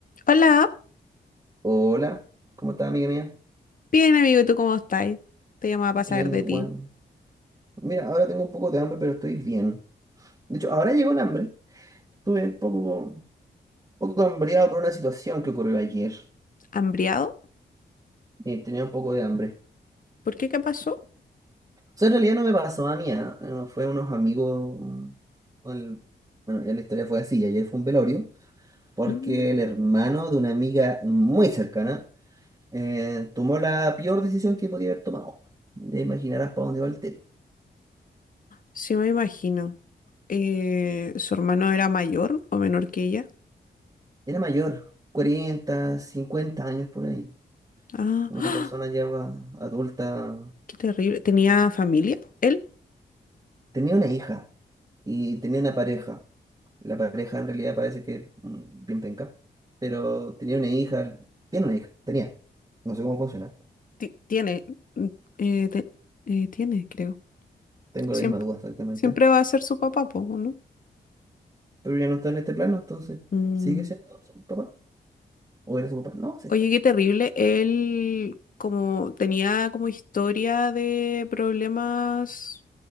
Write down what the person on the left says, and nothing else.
Hola,
bien amigo, ¿tú cómo estás? Te llamaba para saber
de
ti.
¿Hambriado?
¿Por qué? ¿Qué pasó?
Mm,
sí, me imagino. Eh, ¿su hermano era mayor o menor que ella?
Ah,
<gasps>
¡ah!
qué terrible. ¿Tenía familia? Él
ti- tiene, mm, eh, te- eh, tiene, creo.
Siempre,
siempre va a ser su papá, po, ¿no?
Mm.
Oye, qué terrible. Él como tenía como historia de problemas